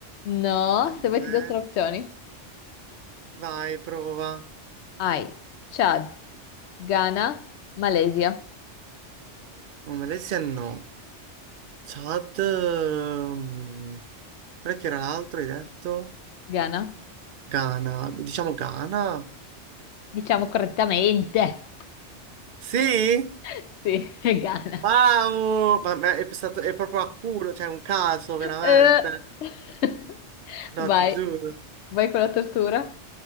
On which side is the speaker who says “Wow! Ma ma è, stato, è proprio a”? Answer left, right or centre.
Right